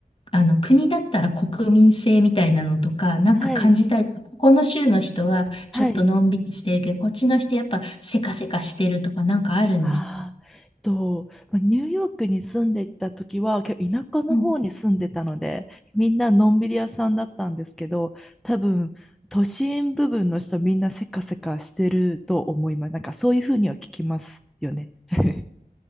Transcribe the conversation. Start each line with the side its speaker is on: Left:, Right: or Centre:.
Left: あの、国だったら国民性みたいなのとか、なんか感じたい。
Centre: はい。
Left: ここの州の人はちょっとのんびりしてるけど、
Centre: はい。
Left: こっちの人やっぱせかせかしてるとか、
Centre: うんうん
Left: なんかあるんですか
Centre: あーえっと、まあニューヨークに住んでいた時は、結構田舎の方に住んでたので、
Left: うん
Centre: みんなのんびり屋さんだったんですけど、多分、都心部分の人みんなせかせかしてると思います。なんかそういうふうには聞きますよね。<laughs>